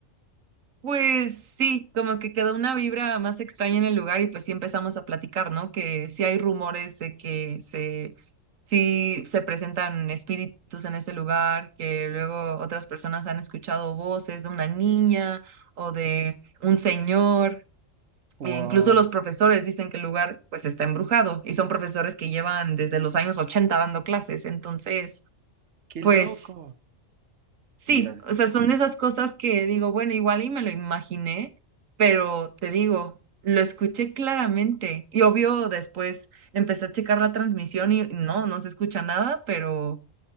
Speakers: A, on the right; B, on the right.
A: Pues sí, como que quedó una vibra más extraña en el lugar y pues sí empezamos a platicar, ¿no? Que sí hay rumores de que se si se presentan espíritus en ese lugar, que luego otras personas han escuchado voces de una niña o de un señor.
B: ¡Wow!
A: e incluso los profesores dicen que el lugar pues está embrujado y son profesores que llevan desde los años 80 dando clases. Entonces,
B: ¡Qué
A: pues
B: loco!
A: sí,
B: Dios,
A: o sea, son de esas cosas que digo, bueno, igual y me lo imaginé, pero te digo, lo escuché claramente y obvio después empecé a checar la transmisión y no, no se escucha nada, pero...